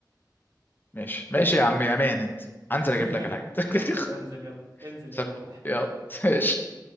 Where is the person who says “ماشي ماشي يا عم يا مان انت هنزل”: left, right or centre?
Left